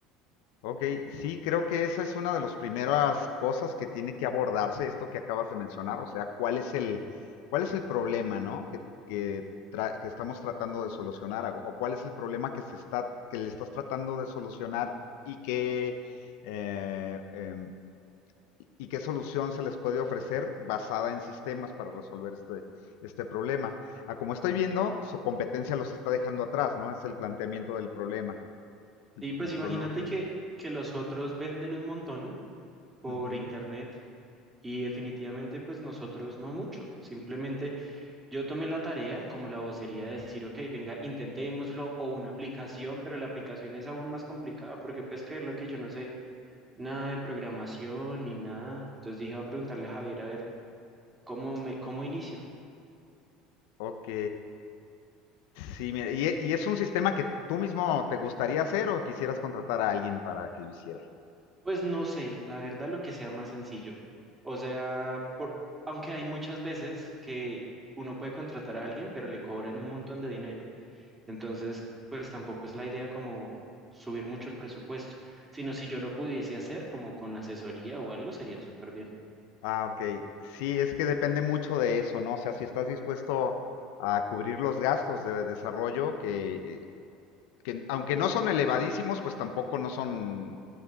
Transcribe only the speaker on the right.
Sí, pues
imagínate
que, que los otros venden un montón por
internet. Y definitivamente, pues nosotros no mucho. Simplemente yo tomé la tarea como la vocería de decir, ok, venga, intentémoslo o una aplicación, pero la aplicación es aún más complicada porque puedes creer lo que yo no sé nada de programación ni nada. Entonces dije, voy a preguntarle a Javier a ver cómo me, cómo inicio.
Pues no sé, la verdad lo que sea más sencillo. O sea, por- aunque hay muchas veces que uno puede contratar a alguien, pero le cobran un montón de dinero. Entonces, pues tampoco es la idea como subir mucho el presupuesto, sino si yo lo pudiese hacer como con asesoría o algo, sería súper bien.